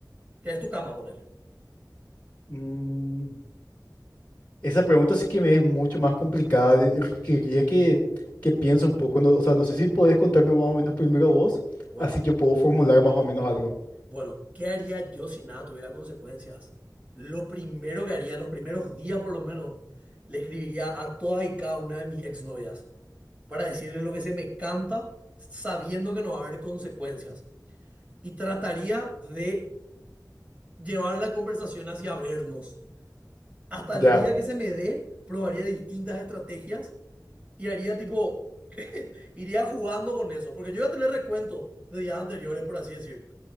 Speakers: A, on the right; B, on the left.
A: que es tu cama, ponele.
B: mm, Esa pregunta sí que me es mucho más complicada. de- de- que- Quería que, que piense un poco. no- o sea, no sé si podés contarme más o menos primero vos,
A: Bueno,
B: así yo puedo formular más o menos algo.
A: bueno, ¿qué haría yo si nada tuviera consecuencias? Lo primero que haría, los primeros días por lo menos, le escribiría a todas y cada una de mis exnovias para decirles lo que se me canta, sabiendo que no va a haber consecuencias. y trataría de llevar la conversación hacia vernos. Hasta
B: Ya.
A: el día que se me dé, probaría distintas estrategias y haría tipo, <laughs> iría jugando con eso, porque yo voy a tener recuento de días anteriores, por así decir,